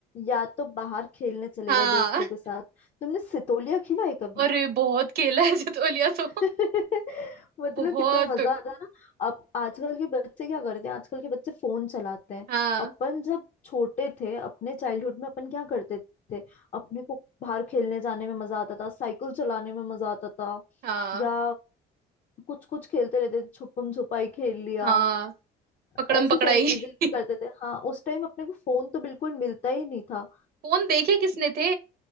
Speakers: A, on the left; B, on the right.
A: या तो बाहर खेलने चले
B: हाँ
A: गए दोस्तों के साथ तुमने सितोलिया खेला है कभी
B: और बहुत खेला है सितोलिया तो
A: <laughs> मतलब
B: बहुत
A: कितना मजा आता है ना अब आजकल के बच्चे क्या करते हैं आजकल के बच्चे फोन चलाते हैं
B: हाँ
A: अपन जब छोटे थे अपने चाइल्डहुड में अपन क्या करते थे अपने को बाहर खेलने जाने में मजा आता था साइकिल चलाने में मजा आता था
B: हाँ
A: या कुछ कुछ खेलते रहते थे, छुपम छुपाई खेल लिया
B: हाँ पकड़म
A: ऐसी
B: पकड़ाई
A: सारी चीजें
B: <laughs>
A: करते थे हाँ उस टाइम अपने को फोन तो बिल्कुल मिलता ही नहीं था
B: फोन देखे किसने थे